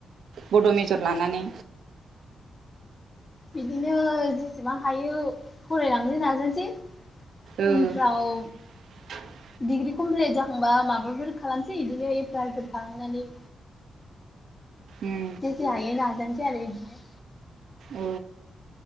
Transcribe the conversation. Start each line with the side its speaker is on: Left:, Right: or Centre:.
Right: बड' मेजर लानानै
Left: बिदिनो जेसेबां हायो फरायलांनो नाजानिसै
Right: ओ
Left: उनफ्राव
Right: <inaudible>
Left: डिग्रि कमप्लिट जाखांबा माबाफोर खालामसै बिदिनो एप्लाइफोर खालामनानै
Right: उम
Left: जेसे हायो नाजानो सै आरो इदिनो
Right: औ